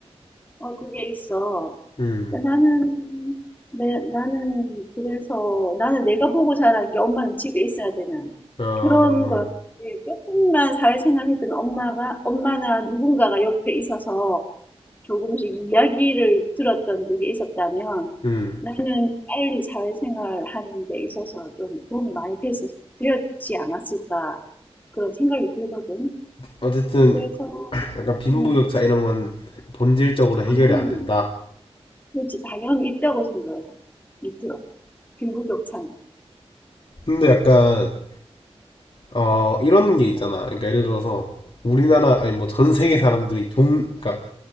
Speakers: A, on the left; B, on the left.
A: 어, 그게 있어.
B: 음,
A: 근데 나는, 내, 나는 그래서 나는 내가 보고 자란 게 엄마는 집에 있어야 되는
B: 아,
A: 그런 거였지. 조금만 사회생활 했던 엄마가, 엄마나 누군가가 옆에 있어서 조금씩 이야기를 들었던 그게 있었다면
B: 음.
A: 나는 빨리 사회생활 하는 데 있어서 좀 도움이 많이 돼서, 되었지 않았을까 그런 생각이 들거든.
B: 어쨌든
A: 그래서
B: 약간 빈부격차
A: 음,
B: 이런 건 본질적으로 해결이
A: 당연히
B: 안 된다.
A: 그렇지 당연히 있다고 생각을 이 들어. 빈부격차는.
B: 근데 약간 어 이런 게 있잖아. 그러니까 예를 들어서 우리나라 아니 뭐 전 세계 사람들이 돈 그러니까